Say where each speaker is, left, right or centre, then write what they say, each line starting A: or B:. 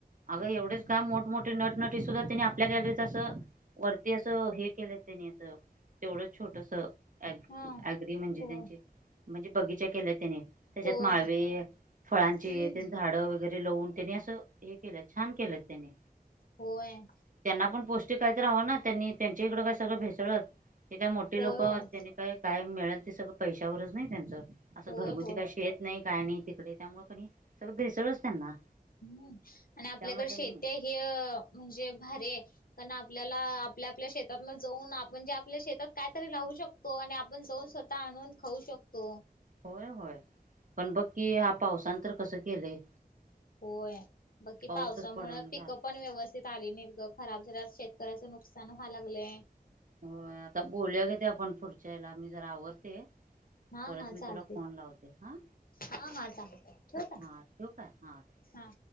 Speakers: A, on the right; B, on the left.
A: अगं एवढेच काय. मोठमोठे नटनटी सुुद्धा तिने आपल्या गॅलरीत असं वरती असं हे केलं त्यांनी असं, तेवढं छोटस. अ
B: हा
A: अग्री म्हणजे
B: हो
A: त्यांचे म्हणजे बगीचा केल्या त्याने. त्याच्यात
B: होय
A: माळवे, फळांचे
B: हम्म
A: झाडं वगैरे लावून. त्यानी असं हे केलं छान केलं त्यानी.
B: होय.
A: त्यांना पण पौष्टिक काय तर हवं ना. त्यांनी त्यांच्या इकडे काय सगळं भेसळच. ते काय मोठी
B: होय
A: लोक.
B: होय
A: त्यनी काय काय मिळेल ते सगळं पैशावरच नाही त्यांचं. असं
B: होय
A: घरगुती
B: होय
A: काय येत नाही काय नाही तिकडे. त्यामुळे पणी सगळं भेसळच त्यांना.
B: हम्म. आणि आपल्याकडे
A: त्यामुळे त्यांनी
B: शेतीय ह अ म्हणजे भारीय. कारण आपल्याला आपल्या आपल्या शेतातन जाऊन. आपण जे आपल्या शेतात काय तरी लाऊ शक तो. आणि आपण जाऊन स्वतः आणून खाऊ शकतो.
A: होय होय, पण बघ की हा पावसान तर कसं केलंय?
B: होय, बकी
A: पाऊसच
B: पावसामुळे
A: पडण
B: पिक
A: झाला.
B: अप पण व्यवस्थित आले नाहीत ग. खराब झाल्यात. शेतकऱ्याचं नुकसान व्हाय लागलय.
A: होय आता बोलूया ग ते आपण फूडच्या याला. आता मी जरा आवरते.
B: हा
A: परत
B: हा चालतंय
A: मी तुला फोन लावते हा.
B: हा हा चालतंय ठेवू का?
A: हा ठेऊ काय? हा.
B: हा.